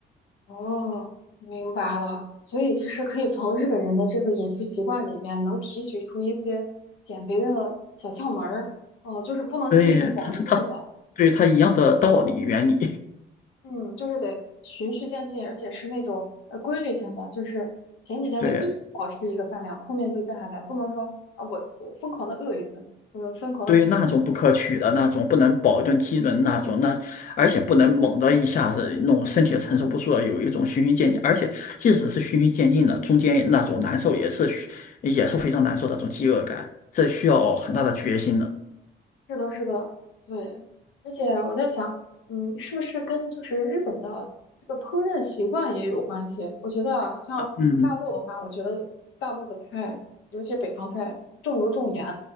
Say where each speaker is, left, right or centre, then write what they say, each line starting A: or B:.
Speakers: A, on the left; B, on the left.
A: 哦，明白了。所以其实可以从日本人的这个饮食习惯里面，能提取出一些减肥的小窍门儿。哦，就是不能饥一顿饱一顿吧。
B: 对，它它它，对它一样的道理原理，
A: 嗯，就是得循序渐进，而且是那种呃规律性的，就是前几天就一直保持一个饭量，
B: 对
A: 后面就降下来，不能说啊我我疯狂的饿一顿，我疯狂的吃。
B: 对，于那种不可取的那种，不能保证机能那种，那而且不能猛的一下子弄，身体承受不住了，有一种循序渐进，而且即使是循序渐进的，中间那种难受也是需也是非常难受的那种饥饿感，这需要很大的决心的。
A: 是的，是的，对，而且我在想，嗯，是不是跟就是日本的这个烹饪习惯也有关系？我觉得啊，像大陆的话，
B: 嗯。
A: 我觉得大陆的菜，尤其是北方菜，重油重盐。